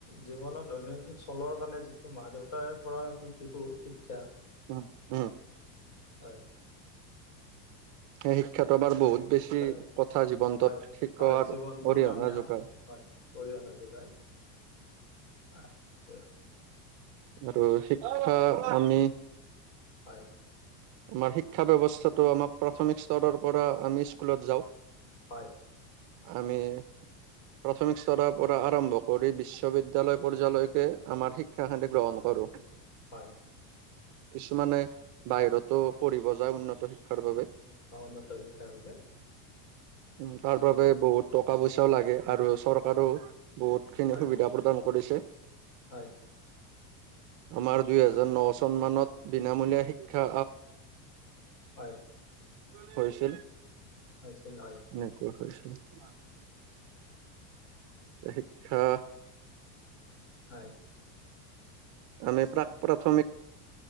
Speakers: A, on the left; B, on the right.
A: জীৱনৰত দৈনন্দিন চলৰ কাৰণে যিটো মা-দেউতাৰ পৰা আমি শিকোঁ। শিক্ষা।
B: উম, উম।
A: হয়।
B: সেই শিক্ষাতটো আমাৰ বহুত বেছি
A: হয়
B: প্ৰথা জীৱনটোত
A: হয়
B: শিকোৱাৰ
A: হয় জীৱনটোৰ
B: অৰিহণা
A: কাৰণে আমি
B: যোগায়।
A: হয় অৰিহণা যোগাই। হয়
B: আৰু শিক্ষা আমি
A: হয়।
B: আমাৰ শিক্ষা ব্যৱস্থাটো আমাক প্ৰাথমিক স্তৰৰ পৰা আমি স্কুলত যাওঁ।
A: হয়।
B: আমি প্ৰাথমিক স্তৰৰ পৰা আৰম্ভ কৰি বিশ্ববিদ্যালয় পৰ্যায়লৈকে আমাৰ শিক্ষাখানি গ্ৰহণ কৰোঁ।
A: হয়।
B: কিছুমানে বাহিৰতো পঢ়িব যায় উন্নত শিক্ষাৰ বাবে
A: অ, উন্নত শিক্ষাৰ বাবে
B: উ, তাৰ বাবোবে বহুত টকা পইচাও লাগে আৰু চৰকাৰও বহুত খিনি
A: হয়
B: সুবিধা প্ৰদান কৰিছে।
A: হয়।
B: আমাৰ দুই হোজাৰ
A: আ
B: ন চন মানত বিনামূলীয়া শিক্ষা
A: হয়,
B: কৰিছিল।
A: হৈছিল হয়।
B: এনেকুৱা হৈ, হৈছে শিক্ষা
A: হয়।
B: আমি প্ৰাক-প্ৰাথমিক